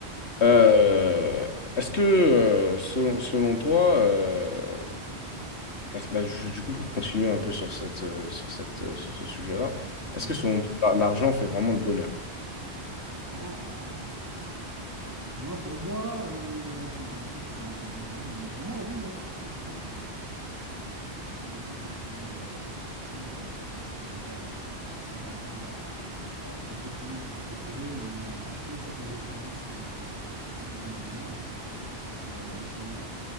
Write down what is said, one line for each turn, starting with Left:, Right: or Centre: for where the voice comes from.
Left: Euh, est-ce que, euh, selon, selon toi, euh, est-ce- bah, ju- du coup, pour continuer un peu sur cette, euh, sur cette, euh, sur ce sujet-là, est-ce
Right: Ouais.
Left: que selon toi, l'argent fait vraiment le bonheur?
Right: Ah, moi, pour moi, euh, bah, écoute, c'est un très bon thème. Mais pour moi, oui, hein, ça fait le bonheur quand même. Ça fait le bonheur parce que euh, tu peux, euh, grâce à cet ar- c'est- grâce à cet argent, bah, euh, te procurer, te procurer ou euh, acheter certaines expériences qui peuvent te procurer du bonheur. Genre, par exemple, juste voyager